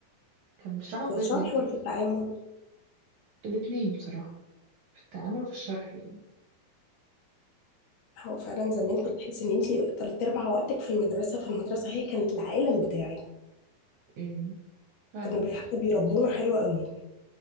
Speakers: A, on the right (about 80°); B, on the left (about 75°).
A: كان بيشرحوا كويس
B: في الشرح
A: جدا
B: ولا في التعامل
A: الاتنين بصراحة في التعامل وفي الشرح يعني
B: هو فعلا زمان كنت تحس ان انت تلات ارباع وقتك في المدرسه في المدرسه هي كانت العالم بتاعك
A: امم فعلا
B: كانوا بي- حتى بيربونا حلو قوي